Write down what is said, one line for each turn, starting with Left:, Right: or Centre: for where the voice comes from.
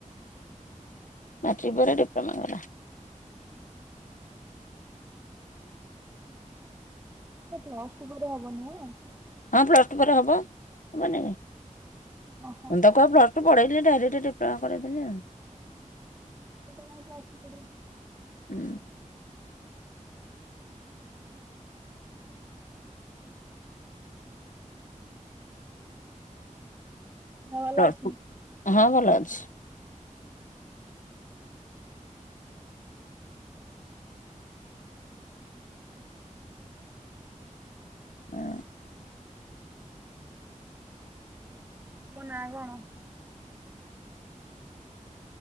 Left: ମାଟ୍ରିକି ପରେ ଡିପ୍ଲୋମା କଲା।
Right: ଉହୁଁ। ଏଟା ପ୍ଲସ୍ ଟୁ ପରେ ହବ ନୁହଁ।
Left: ହଁ ପ୍ଲସ୍ ଟୁ ପରେ ହବ ହବନି କାଇଁ
Right: ଓହୋ
Left: ତମେତ ପ୍ଲସ୍ ତୁ ପଢେଇଲେନି ଡାଇରେକ୍ଟ ଡିପ୍ଲୋମା କରେଇଦେଲି ଆଉ।
Right: ଖାଲାଟା କାଇଁ ଆଉ ପ୍ଲସ୍ ଟୁ କରିବେକି।
Left: ହୁଁ।
Right: ହାଲୋ। ଦେହ ଭଲ
Left: ପ୍ଲସ୍
Right: ଅଛି?
Left: ଟୁ ହଁ ଭଲ ଅଛି। ହଁ।
Right: ତମ ନାଁ କଣ?